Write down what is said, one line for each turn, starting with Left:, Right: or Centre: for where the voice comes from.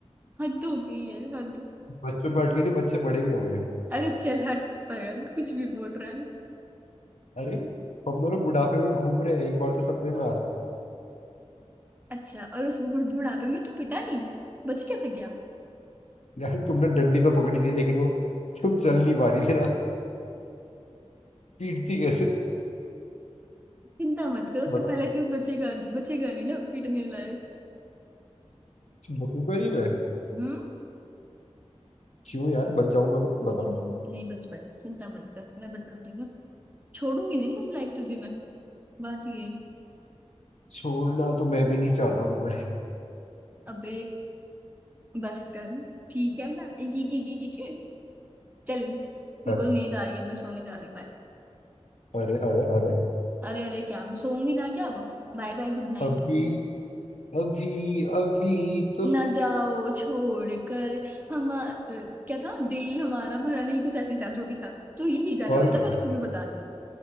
Right: हद हो गई है हद
Left: बच्चे बैठ के नहीं बच्चे बड़े भी हो गए हैं।
Right: अरे चल हट पागल कुछ भी बोल रहा है
Left: अरे हम दोनों बुढ़ापे में घूम रहे हैं एक बार तो सपने में आ रहा था
Right: अच्छा और उस बुढ़- बुढ़ापे में तू पिटा नहीं बच कैसे गया
Left: यार तुमने डंडी तो पकड़ी थी लेकिन वो तुम चल नहीं पा रही थी ना <laughs> पीटती कैसे
Right: चिंता मत करो उससे
Left: बताओ
Right: पहले तू बचेगा बचेगा नहीं ना पीटने लायक
Left: बखूबा नहीं मैं
Right: हम्म
Left: क्यों यार बच जाऊंगा मैं बताओ
Right: हम्म, नहीं बच पाएगा चिंता मत कर मैं बता रही हूँ ना। छोड़ूंगी नहीं ना उस लायक तुझे मैं बात ये है।
Left: छोड़ना तो मैं भी नहीं चाहता हूँ तुम्हें
Right: अबे बस कर ठीक है ना एक एक एक एक एक- एक। चल मेरे
Left: अरे
Right: को नींद आ रही है मैं सोने जा रही हूँ बाय
Left: अरे अरे अरे
Right: अरे अरे क्या हम सोऊंगी ना क्या अब बाय बाय गुड नाइट
Left: अभी अभी अभी तो
Right: ना जाओ छोड़ कर हम अ, क्या था दिल हमारा भरा नहीं कुछ ऐसे ही था जो भी था तो यही गाने
Left: और
Right: वाला
Left: क्या
Right: था मैंने फिर भी बता दिया